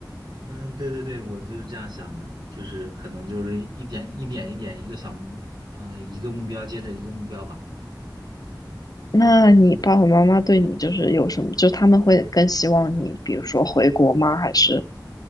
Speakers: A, on the right; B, on the left.
A: 嗯，对对对，我就是这样想的，就是可能就是一点一点一点一个小目，嗯、一个目标接着一个目标吧。
B: 那你爸爸妈妈对你就是有什么？就他们会更希望你，比如说回国吗？还是